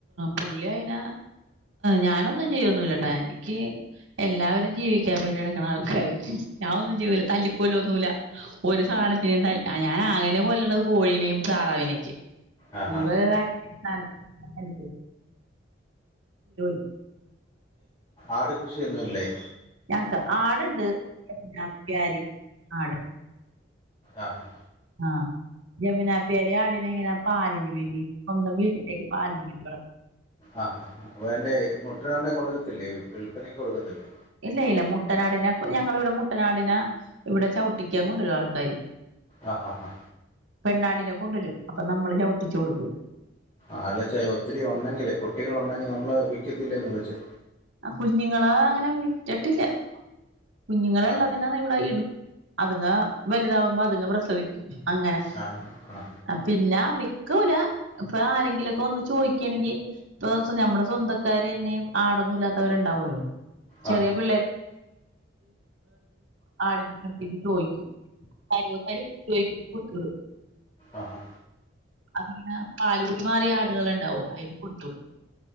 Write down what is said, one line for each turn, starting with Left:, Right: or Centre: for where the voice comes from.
Right: പുള്ളിയതിന ഞാനൊന്നും ചെയ്യൊന്നില്ലട്ടാ എനിക്ക്. എല്ലാവരും ജീവിക്കാൻ വേണ്ടിടുക്കുന്ന ആൾക്കാർ ഞാൻ ഒന്നും ചെവ്വ്‌ല്ല തല്ലികൊല്ലോന്നുല്ല. ഒരു സാനത്തിനെയും ത ഞാൻ അങ്ങനെ കൊല്ലണത് കോഴീനിം താറാവിനെയൊക്കെ.
Left: ആ
Right: ഈ
Left: ആ
Right: വക കാര്യാ <inaudible>
Left: ആട് കൃഷിയൊന്നുല്ലേ?
Right: ഞങ്ങക്ക് ആടുണ്ട് ജംനാ പ്യാരി ആട്.
Left: അഹ് ഹാ
Right: ആഹ്. ജമീനാപ്പ്യരി ആടിനെ ഇങ്ങനെ പാലിന് വേണ്ടി സ്വന്തം വിട്ടിലേക്ക് പാലിന് വേണ്ടി വള
Left: ആഹ് ഹാ ഹാ വേണ്ടേ മുട്ടനാട്നെ കൊടുക്കത്തില്ലേ വിൽപ്പനയ്ക്ക് കൊടുക്കത്തില്ലേ.
Right: ഇല്ല ഇല്ല മുട്ടനാടിനെ ഞങ്ങള് ഇവിടെ മുട്ടനാടിന ഇവിടെ ചവിട്ടിക്കാൻ കൊണ്ടൊരു ആൾക്കാാര്.
Left: ആഹ് ഹാ ഹാ.
Right: പെണ്ണാടിനെ കൊണ്ടുവരും അപ്പൊ നമ്മള് ചവിട്ടിച്ചു കൊടുകും.
Left: ആല്ലച്ച ഒത്തിരി ഉണ്ടെങ്കിലേ കുട്ടികള ഉണ്ടെങ്കി നമ്മള് വിക്കത്തില്ലന്ന് ചോദിച്ചേ?
Right: ആഹ് കുഞ്ഞുങ്ങളാ അങ്ങനെ വിറ്റട്ടില്ല കുഞ്ഞുങ്ങളള്ളതിനാ
Left: ആ ഹാ
Right: ഇവിടെ ഇടു അത്ങ്ങ വലുതാവുമ്പോ അതുങ് പ്രസവിക്കും അങ്ങനെ.
Left: ആ ഹാ
Right: പിന്നെ വിക്കൂല ഇപ്പൊ ആരെങ്കിലുംക്കെ ഒന്ന് ചോദിക്കയാണെങ്കിൽ. ഇപ്പൊ നമ്മുടെ സ്വന്തക്കാര്ന്നെ ആടൊന്നും ഇല്ലാത്തവരുണ്ടാവുമല്ലോ
Left: ആ
Right: ചെറിയ
Left: ഹാ
Right: പിള്ള ആടി <inaudible> കണ്ട് ചോദിക്കും. <unintelligible>
Left: ആഹാ.
Right: അതിനെ പാലുകുടി മാറിയ ആടുകൾ ഉണ്ടാവൂല അതിന് കൊടുത്തു